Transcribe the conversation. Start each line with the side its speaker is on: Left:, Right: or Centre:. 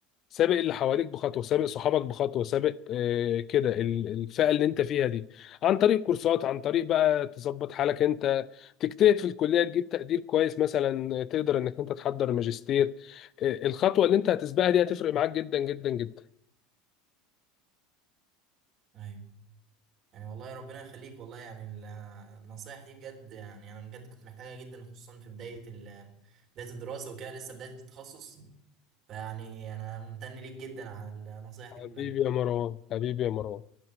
Left: سابق اللي حواليك بخطوه سابق صحابك بخطوه سابق آه، كده ال- الفئه اللي انت فيها دي عن طريق كورسات عن طريق بقى تظبط حالك انت تجتهد في الكليه تجيب تقدير كويس مثلا آه، تقدر انك انت تحضر ماجستير آه، الخطوه اللي انت هتسبقها دي هتفرق معاك جدا جدا جدا
Right: ايوه يعني والله ربنا يخليك والله يعني ال- النصايح دي بجد يعني انا بجد كنت محتاجها جدا خصوصا في بدايه ال... بدايه الدراسه وكده لسه بدايه التخصص فيعني انا ممتن ليك جدا على النصايح
Left: حبيبي
Right: دي كلها
Left: يا مروان حبيبي يا مروان